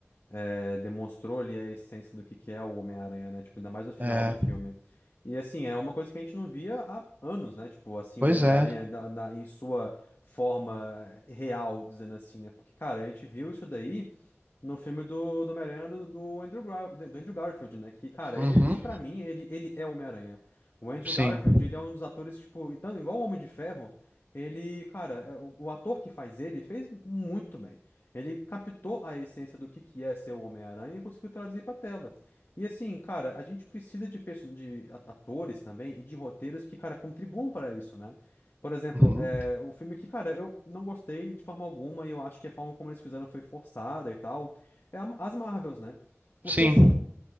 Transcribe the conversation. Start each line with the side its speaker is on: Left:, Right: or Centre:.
Left: é, demonstrou ali a essência do que que é o Homem-Aranha, né? Tipo, ainda mais no final
Right: É,
Left: do filme. E assim, é uma coisa que a gente não via há anos, né? Tipo, assim,
Right: pois
Left: o Homem-Aranha
Right: é.
Left: da- da- em sua forma é, real, dizendo assim, né? Porque, cara, a gente viu isso daí no filme do, do Homem-Aranha do, do Andrew Gar- do Andrew Garfield, né? Que, cara,
Right: Uhum,
Left: ele ali, pra mim, ele, ele é o Homem-Aranha. O Andrew
Right: sim.
Left: Garfield, ele é um dos atores, tipo, e tanto igual o Homem de Ferro, ele, cara, é, o, o ator que faz ele fez muito bem. Ele captou a essência do que que é ser o Homem-Aranha e conseguiu traduzir pra tela. E assim, cara, a gente precisa de, perso- de a- atores também e de roteiros que, cara, contribuam para isso, né? Por exemplo,
Right: Uhum,
Left: é, o filme que, cara, eu não gostei de forma alguma e eu acho que a forma como eles fizeram foi forçada e tal. É a- as Marvels, né? Porque
Right: sim.
Left: assim